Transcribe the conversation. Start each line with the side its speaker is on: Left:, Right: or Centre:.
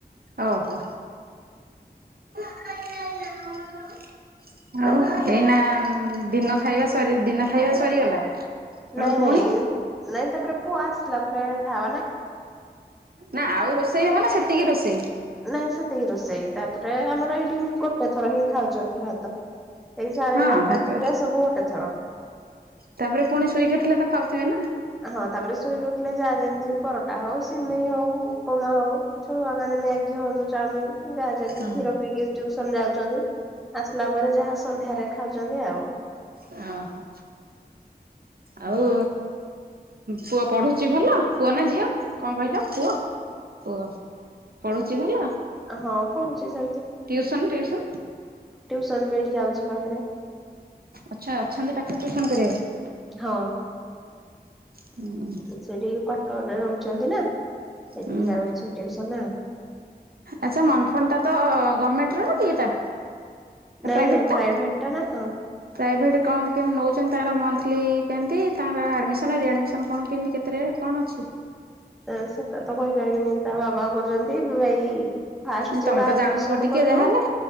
Right: ଓହୋ! ଆଉ ଏଇନା ଦିନ ଖାଇବା ସରି ଦିନ ଖାଇବା ସରିଗଲା। ସେଠୁ
Centre: ନାଇଁ
Right: ପୁଣି
Centre: ନାଇଁ ନାଇଁ ତାପରେ ପୁଅ ଆସିଲା ପରେ ଖାବାର ନାଇ
Right: ନା ଆଉ ରୋଷେଇ ହବ ନା ସେତିକି ରୋଷେଇ?
Centre: ନାଇଁ ସେତିକି ରୋଷେଇ ତାପରେ ଆମର ଏଇଠି ଗୋଟେ ଥର ହିଁ ଖାଉ ଛନ୍ତି ଭାତ ଏଇ ସାଢେ
Right: ହଁ
Centre: ଏଗାରଟା
Right: ଭାତ
Centre: ଭିତରେ ସବୁ ଗୋଟେ ଥର।
Right: ତାପରେ ପୁଣି ଶୋଇକି ଉଠିଲେ ତ ଖାଉଥିବେ ନା।
Centre: ହଁ ତାପରେ ଶୋଇକି ଉଠଥିଲେ ଯାହା ଯେମିତି ପରଟା ହଉ ସିମେଇ ହଉ ଉପମା ହଉ ଛୁଆ ମାନେ ମ୍ୟାଗି ହଅନ୍ତୁ ଚାଉମିନ ଯାହା ଯେମିତି
Right: ହଁ
Centre: କ୍ଷୀର ପିଇକି ଟିଉସନ୍ ଯାଉଛନ୍ତି ଆସିଲା ପରେ ଯାହା ସନ୍ଧ୍ୟାରେ ଖାଉଛନ୍ତି ଆଉ।
Right: ଓ ହୋ! ଆଉ ପୁଅ ପଢୁଛି ଭଲ ପୁଅ ନା ଝିଅ? କଣ କହିଲ ପୁଅ ପୁଅ ପଢୁଛି ଭଲ
Centre: ହଁ ପଡୁଛି ସେମ
Right: ଟିଉସନ୍ ଟିଉସନ୍
Centre: ସନ ବି ଏଠି ଯାଉଛି ପାଖରେ।
Right: ଆଚ୍ଛା ଅଛନ୍ତି ପାଖରେ ଟ୍ୟୁସନ କରିବା
Centre: ହଁ
Right: ହୁଁ
Centre: ସେଇଠି କ୍ୱାର୍ଟରରେ ରହୁଛନ୍ତି ନା। ସେଠିକି
Right: ହୁଁ
Centre: ଯାଉଛି ଟିଉସନ୍ ଆଉ।
Right: ଆଚ୍ଛା ମନଫଣ୍ଡଟା ତ ଗମେଣ୍ଟର ନା କିଏଟା?
Centre: ନାଇଁ
Right: ପ୍ରାଇଭେଟ
Centre: ନାଇଁ
Right: ଟା
Centre: ଟା ନା ହଁ
Right: ପ୍ରାଇଭେଟ କଣ କେମିତି ନଉଛନ୍ତି ତାର ମଥ୍ଥ ଲି କେମତି ତାଙ୍କର ଆଡମିସନ ରିଆଡମିସନ କଣ କେମତି କେତେରେ କଣ ଅଛି?
Centre: ଏ ସେଟା ତ କହିପାରିବିନି ତା ବାବା କରୁଛନ୍ତି ଏଇ ଫାଷ୍ଟ
Right: ଯେ
Centre: ଯେବେ
Right: ତମେ
Centre: ଆଡମିସନ
Right: ତ ଜାଣୁଥିବ ଟିକେ
Centre: କଲୁ
Right: ଯାହାହେଲେ